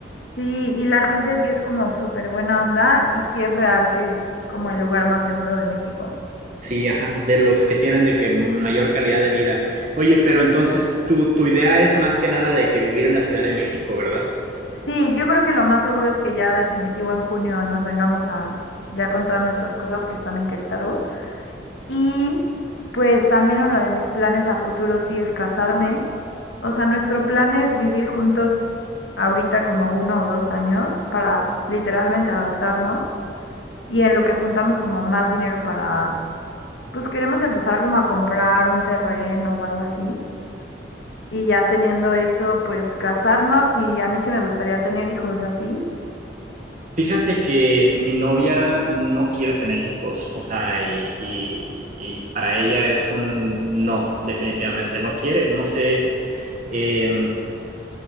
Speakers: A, on the left (about 85°); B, on the right (about 40°).
A: Sí, y la gente sí es como súper buena onda y sí es real que es como el lugar más seguro de México.
B: Sí, ajá, de los que tienen de que mayor calidad de vida. Oye, pero entonces tu, tu idea es más que nada de que vivir en la Ciudad de México, ¿verdad?
A: Sí, yo creo que lo más seguro es que ya definitivo en junio nos vengamos a ya con todas nuestras cosas que están en Querétaro. Y pues también uno de mis planes a futuro sí es casarme. O sea, nuestro plan es vivir juntos ahorita como uno o dos años para literalmente adaptarnos y en lo que juntamos como más dinero para, pues queremos empezar como a comprar un terreno o algo así. Y ya teniendo eso, pues casarnos y a mí sí me gustaría tener hijos, ¿a ti?
B: Fíjate que mi novia no quiere tener hijos, o sea, y, y- y para ella es un no, definitivamente, no quiere, no sé eh,